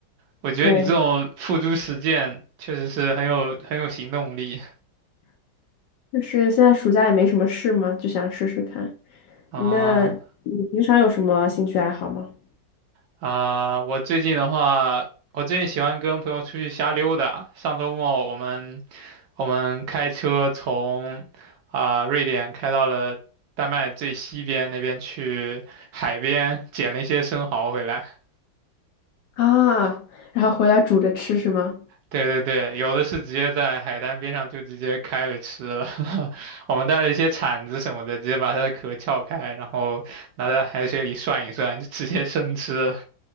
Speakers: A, on the right; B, on the left.
A: 我觉得你这种付诸实践确实是很有很有行动力。
B: 对，就是现在暑假也没什么事嘛，就想试试看。
A: 啊
B: 那你平常有什么兴趣爱好吗？
A: 啊！我最近的话，我最近喜欢跟朋友出去瞎溜达。上周末我们我们开车从啊、瑞典开到了丹麦最西边那边去海边捡了一些生蚝回来。
B: 啊，然后回来煮着吃是吗？
A: 对对对，有的是直接在海滩边上就直接开了吃了。<laughs> 我们带了一些铲子什么的，直接把它的壳撬开，然后拿在海水里涮一涮，就直接生吃了。